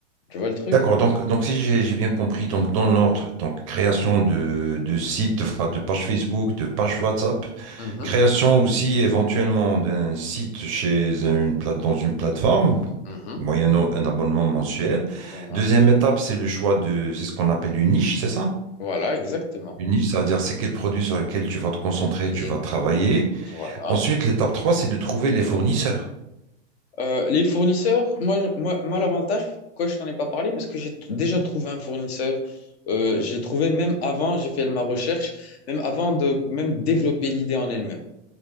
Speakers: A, on the left; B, on the right.
A: Tu vois le truc?
B: D'accord, donc, donc si j'ai j'ai bien compris, donc dans l'ordre, donc création de, de sites, enfin, de page Facebook, de page WhatsApp,
A: Mhm,
B: création aussi éventuellement d'un site chez une plate, dans une plateforme,
A: mhm,
B: moyennant un abonnement mensuel.
A: voilà.
B: Deuxième étape, c'est le choix de, c'est ce qu'on appelle une niche, c'est ça?
A: Voilà, exactement.
B: Une niche, c'est-à-dire c'est quel produit sur lequel tu vas te concentrer, tu
A: Et
B: vas travailler.
A: voilà.
B: Ensuite, l'étape 3, c'est de trouver les fournisseurs.
A: Euh, les fournisseurs, moi, moi, moi l'avantage, pourquoi je t'en ai pas parlé, parce que j'ai t- déjà trouvé un fournisseur. Euh, j'ai trouvé même avant, j'ai fait ma recherche, même avant de même développer l'idée en elle-même.